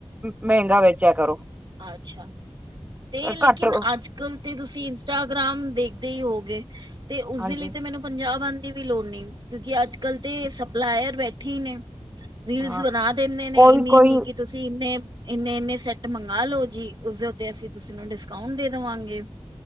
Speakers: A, on the right; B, on the right.
A: ਮਹਿੰਗਾ ਵੇਚਿਆ ਕਰੋ।
B: ਅੱਛਾ, ਤੇ ਲੇਕਿਨ
A: ਘੱਟ
B: ਅੱਜ ਕੱਲ ਤੇ ਤੁਸੀਂ ਇੰਸਟਾਗ੍ਰਾਮ ਦੇਖਦੇ ਈ ਹੋ। ਤੇ ਉਸਦੇ
A: ਹਾਂਜੀ
B: ਲਈ ਤੇ ਮੈਨੂੰ ਪੰਜਾਬ ਆ ਦੀ ਵੀ ਲੋੜ ਨਹੀਂ ਕਿਉਂਕਿ ਅੱਜ ਕੱਲ੍ਹ ਤੇ ਸਪਲਾਇਰ ਬੈਠੇ ਈ ਨੇ। ਰੀਲਸ
A: ਹਾਂ
B: ਬਣਾ ਦਿੰਦੇ ਨੇ
A: ਕੋਈ
B: ਇੰਨੀ-
A: ਕੋਈ
B: ਇੰਨੀ ਕਿ ਤੁਸੀਂ ਇੰਨੇ, ਇੰਨੇ- ਇੰਨੇ ਸੈਟ ਮੰਗ ਨਾ ਲੋ ਜੀ ਉਸਦੇ ਉੱਤੇ ਅਸੀਂ ਤੁਸੀਂ ਨੂੰ ਡਿਸਕਾਊਂਟ ਦੇ ਦਵਾਂਗੇ।